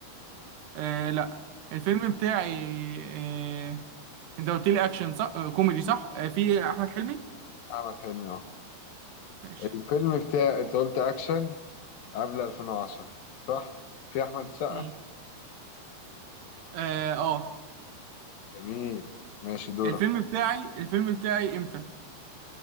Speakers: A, on the right (about 80°); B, on the left (about 70°).
A: آه، لا الفيلم بتاعي آه، انت قلت لي اكشن صح آه، كوميدي صح آه، فيه احمد حلمي
B: أحمد حلمي أهو
A: ماشي
B: الفيلم بتاعي أنت قلت أكشن قبل 2010 صح؟ فيه أحمد السقا؟
A: مم. اه آه.
B: جميل ماشي دورك
A: الفيلم بتاعي الفيلم بتاعي امتى